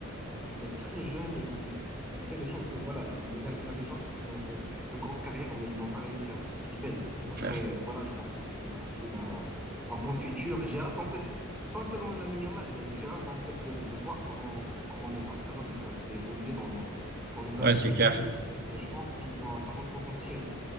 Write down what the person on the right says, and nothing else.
c'est
clair.
Ouais,
c'est
clair.